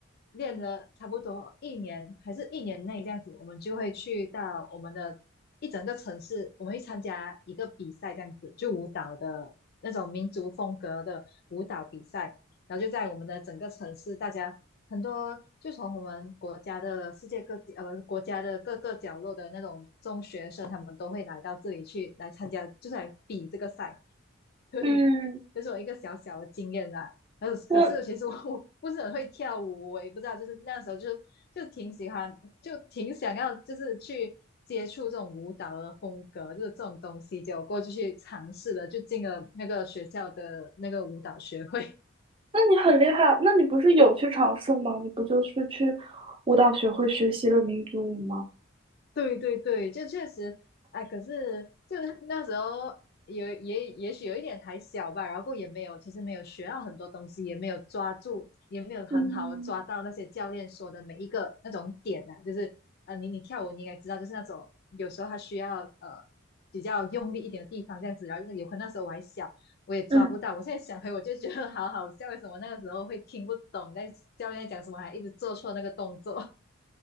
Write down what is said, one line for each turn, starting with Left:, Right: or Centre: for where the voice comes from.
Left: 练了差不多一年还是一年内这样子，我们就会去到我们的一整个城市，我们会参加一个比赛这样子，就舞蹈的那种民族风格的舞蹈比赛，然后就在我们的整个城市大家。很多就从我们国家的世界各地，呃，国家的各个角落的那种中学生，他们都会来到这里去来参加，就是来比这个赛。<laughs> 对，
Right: 嗯，
Left: 这、是我一个小小的经验啦。<laughs> 还有，
Right: 我，
Left: 可是其实我我不是很会跳舞，我也不知道，就是那时候就就挺喜欢，就挺想要，就是去接触这种舞蹈的风格，就是这种东西，结果过就去尝试了，就进了那个学校的那个舞蹈学会。
Right: 那你很厉害，那你不是有去尝试吗？你不就是去舞蹈学会学习了民族舞吗？
Left: 对对对，就确实，哎，可是就是那时候有也也许有一点还小吧，然后也没有，其实没有学到很多东西，也没有抓住，也没有很好的抓到那些教练说的每一个那种点啊，
Right: 嗯
Left: 就是呃，你你跳舞你应该知道，就是那种有时候他需要呃比较用力一点的地方这样子，然后因为有可能那时候我还小，我也抓不到，
Right: 嗯
Left: 我现在想回我就觉得好好笑，为什么那个时候会听不懂在教练在讲什么，还一直做错那个动作。